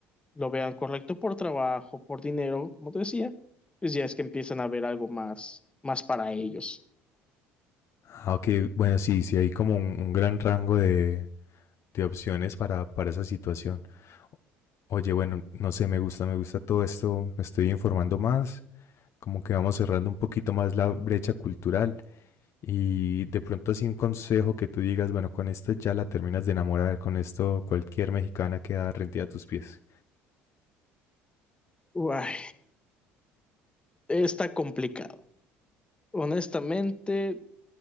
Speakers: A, on the left; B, on the left.
A: lo vean correcto por trabajo, por dinero, como te decía, pues ya es que empiezan a ver algo más, más para ellos.
B: Ah, ok, bueno, sí, sí hay como un, un gran rango de, de opciones para, para esa situación. Oye, bueno, no sé, me gusta, me gusta todo esto, me estoy informando más, como que vamos cerrando un poquito más la brecha cultural y de pronto así un consejo que tú digas, bueno, con esto ya la terminas de enamorar, con esto cualquier mexicana queda rendida a tus pies.
A: Uay, está complicado. Honestamente,